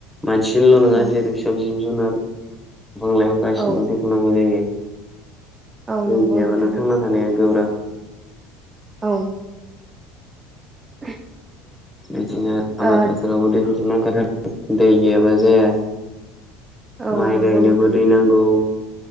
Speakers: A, in the centre; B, on the right.
A: मानसिनोल' नङा
B: औ
A: जेरै सबजि जुनार बिफां लाइफां गासिनोबो
B: औ
A: दैखौ नांगौ जायो
B: औ
A: दै
B: नंगौ
A: गैयाबानो
B: नोंथां
A: थांना थानाया गोब्राब
B: औ <unintelligible>
A: बिदिनो
B: ओ
A: आबाद फोथारावबो दैहु <unintelligible> दै गैयाबा जाया
B: औ
A: माइ
B: नंगौ
A: गायनोबो
B: नोंथां
A: दै नांगौ